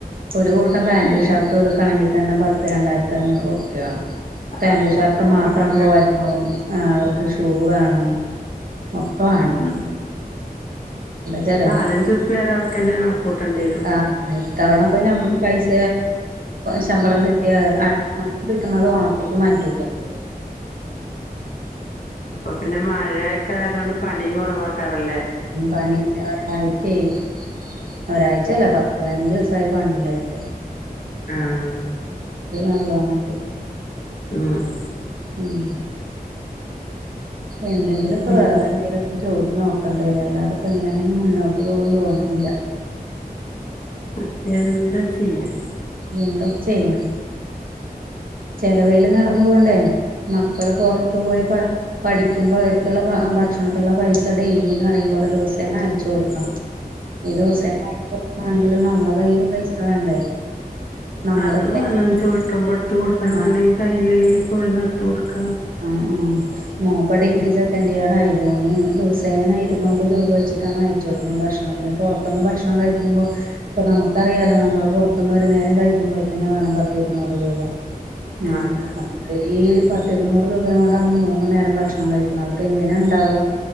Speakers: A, on the right; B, on the left.
A: ഒരു കൂട്ടം പാന്റും
B: ശരിയാ
A: ഷർട്ടും എടുക്കണെങ്കി ഇത് തന്നെ പത്ത് രണ്ടായിരത്തി അഞ്ഞൂറ് ഒക്കെ വേണം പാന്റും
B: അതൊക്കെ
A: ഷർട്ടും
B: വേണം
A: മാത്രം പോരാ അപ്പം അവർക്ക് ഷൂ വേണം മക്കള്
B: ഉം
A: ചെലവാ
B: നാല് അഞ്ച്റുപ്പി ഒരാൾക്ക് തന്നെ കണക്ക് കൂട്ടേണ്ടി വരും
A: ആ ഇത്തവണ ഇപ്പൊ ശബ പൈസ ശമ്പളം കിട്ടിയാ അടുത്ത മാസം ആത് ഓണത്തേക്ക് മാറ്റിവെക്കാം
B: ഇപ്പൊ പിന്നെ മഴയൊക്കെ ആയതു കൊണ്ട് പണിയും കെറവാക്കാറല്ലേ
A: പണി ഒരാഴ്ചായായി ഒരാഴ്ച അല്ല പത്ത് പതിനഞ്ച് ദിവസം ഒരു പണി ഇല്ലായിട്ട്
B: ആഹ്
A: നല്ലോണം ഉണ്ട്
B: ആഹ്
A: ഉം എന്തെങ്കിലൊക്കെ
B: ഉം,
A: വേറെ ഇത് ഇപ്പെ ചൊറിഞ്ഞു നോക്കേണ്ടേ വരും അല്ലാതെ ഇപ്പെ ഇങ്ങനെയൊന്നും മുന്നോട്ട് പോകും തോന്നണില്ല
B: അഹ് എന്താ ചെയ്യാം
A: എന്തായിപ്പം ചെയ്യണെ ചെലവേലും നടന്നു പോവണ്ടേ മക്കള് പൊറത്തു പോയി പഠി പഠിക്കുമ്പോൾ അവർക്കുള്ള ഭക്ഷണത്തിലുള്ള പൈസ ഡെയിലിന്ന് പറയുമ്പോലെ ദിവസേന അയച്ചു കൊടുക്കണം
B: ഉ
A: ഈ ദിവസേന അയക്കണെങ്കിലും നമ്മളെ കയ്യില് പൈസ വേണ്ടേ നമ്മള്
B: അത് വേണം ചോദിക്കുമ്പോ എടുത്തുകൊടുക്കണം എന്നുണ്ടെങ്കിൽ
A: ആ
B: കയ്യിൽ ഇല്ലെങ്കിപ്പോ എവിടെന്ന് എടുത്ത് കൊടുക്കണം
A: ആഹ് ആഹ് മോപ്പ് ഡിഗ്രി സെക്കന്റ് ഇയർ ആയി ഓന് ദിവസേനാ ഇരുന്നൂറ് രൂപ വെച്ചിട്ടാണ് അയച്ചു കൊടുക്കുന്നത് ഭക്ഷണത്തിന് പെറത്തൂന്ന് ഭക്ഷണം കഴിക്കുമ്പോൾ ഇപ്പൊ നമുക്കറിയാലോ നമ്മള് പുറത്തുന്ന് ഒരു നേരം കഴിക്കുമ്പോളേ തന്നെ വേണം പത്തിരുന്നൂറ് രൂപ ഏ
B: അതെ
A: നമുക്കര് പ ത്തിരുന്നൂറ് രൂപയ കൊണ്ടാണ് മൂന്നു നേരം ഭക്ഷണം കഴിക്കുന്നത് അതിപ്പൊ എന്തിന ഇണ്ടാവ